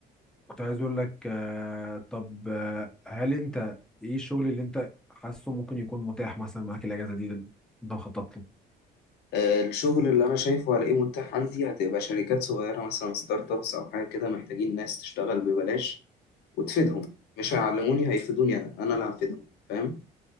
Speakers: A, in the centre; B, on the left.
A: كنت عايز اقول لك آه، طب آه، هل انت ايه الشغل اللي انت حاسه ممكن يكون متاح مثلا معاك الاجازه دي اللي انت مخطط له
B: آه، الشغل اللي أنا شايفه هلاقيه متاح عندي هتبقى شركات صغيرة مثلا ستارت أبس أو حاجة كده محتاجين ناس تشتغل ببلاش وتفيدهم مش هيعلموني هيفيدوني أنا أنا اللي هفيدهم فاهم